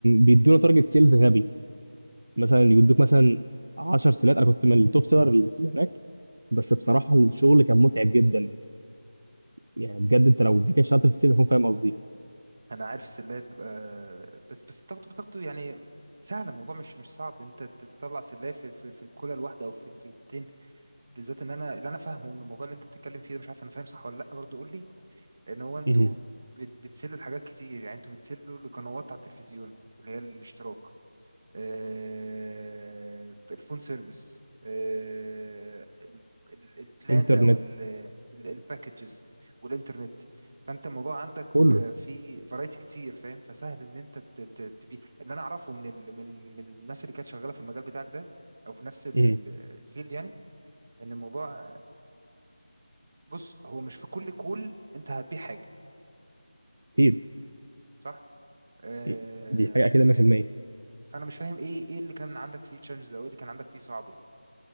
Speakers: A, on the right (about 80°); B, on the right (about 35°).
A: بيدونا تارجت سيلز غبي مثلا يودوك مثلا 10 سيلات انا كنت من التوب سيلرز اللي هناك بس بصراحه
B: مم.
A: الشغل كان متعب جدا يعني بجد انت لو كده اشتغلت في السيلز هتكون فاهم قصدي
B: انا عارف السلايه بتبقى بس بس بتاخده بتاخده يعني سهل الموضوع مش مش صعب انت تطلع سلايه في في, في الكولا الواحده او في في الكوتين بالذات ان انا اللي انا فاهمه من الموضوع اللي انت بتتكلم فيه ده مش عارف انا فاهم صح ولا لا برضه قول لي ان هو انتوا
A: مهم.
B: بت- بتسلوا لحاجات كتير يعني انتوا بتسلوا لقنوات على التلفزيون اللي هي الاشتراك آه، الفون سيرفيس آه، ال- ال- البلانز
A: انترنت
B: او الباكجز والانترنت فانت الموضوع عندك
A: كله
B: آه، في فرايتي كتير فاهم فسهل ان انت ت- ت- تبي اللي انا اعرفه من ال... من ال- من الناس اللي كانت شغاله في المجال بتاعك ده او في نفس ال-
A: مهم.
B: الفيلد يعني ان الموضوع بص هو مش في كل كول انت هتبيع حاجه
A: اكيد
B: صح آه،
A: مهم. دي حاجه اكيد 100%
B: فانا مش فاهم ايه ايه اللي كان عندك فيه تشالنجز او ايه اللي كان عندك فيه صعب يعني